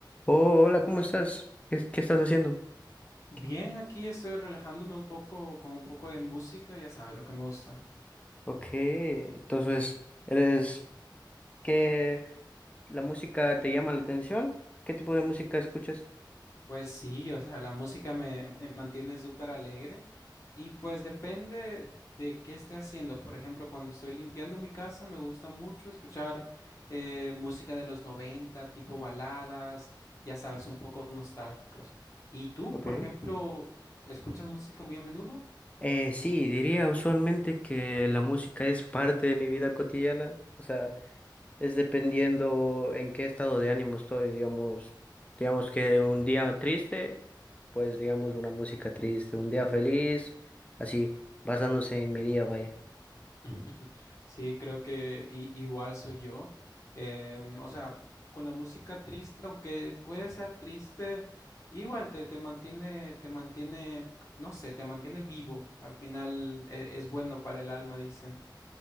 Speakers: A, on the left; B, on the left.
A: Oh, hola, ¿cómo estás? ¿Qué, qué estás haciendo?
B: Bien,
A: ¿Qué?
B: aquí estoy relajándome un poco con un poco de música, ya sabes lo que me gusta.
A: Ok, entonces, ¿eres que la música te llama la atención? ¿Qué tipo de música escuchas?
B: Pues sí, o sea, la música me, me mantiene súper alegre y pues depende de qué esté haciendo. Por ejemplo, cuando estoy limpiando mi casa me gusta mucho escuchar eh, música de los 90, tipo baladas, ya sabes, un poco nostálgicos. ¿Y tú,
A: Ok.
B: por ejemplo, escuchas música muy a menudo?
A: Eh, sí, diría usualmente que la música es parte de mi vida cotidiana, o sea, es dependiendo en qué estado de ánimo estoy, digamos, digamos que un día triste, pues digamos una música triste, un día feliz, así, basándose en mi día, vaya.
B: <laughs> Sí, creo que i- igual soy yo. Em, o sea, con la música triste, aunque puede ser triste, igual te, te mantiene, te mantiene, no sé, te mantiene vivo. Al final e- es bueno para el alma, dicen.